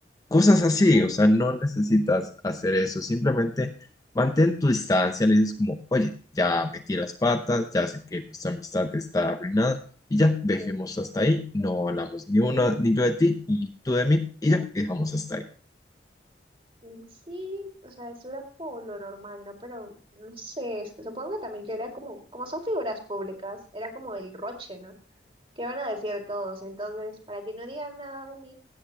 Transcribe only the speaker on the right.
Mm, Sí, o sea, eso era como lo normal, ¿no? Pero no sé, es que supongo que también que era como, como son figuras públicas, era como el roche, ¿no? ¿Qué van a decir todos? Entonces, para que no digan nada de mí,